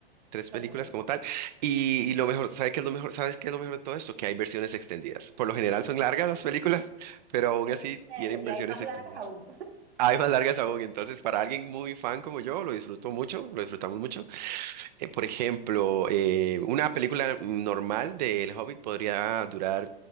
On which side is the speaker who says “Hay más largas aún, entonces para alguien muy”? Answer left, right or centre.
Right